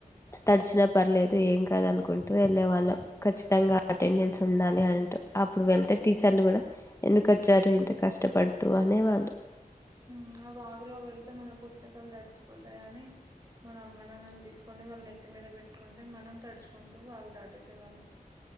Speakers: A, on the left; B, on the right.
A: తడిచినా పర్లేదు ఏం కాదు అనుకుంటూ వెళ్ళే వాళ్ళం ఖచ్చితంగా అటెండెన్స్ ఉండాలి అంటూ అప్పుడు వెళ్తే టీచర్లు కూడా ఎందుకు వచ్చారు ఇంత కష్టపడుతూ అనే వాళ్ళు
B: హ్మ్ ఆ వాగులో వెళ్తే మన పుస్తకాలు తడిచిపోతాయని మన అమ్మ నాన్న తీసుకు కొని వాళ్ళ నేత్తి మీద పెట్టుకుంటే మనం తడుచుకుంటూ వాగు దాటేసేవాళ్ళం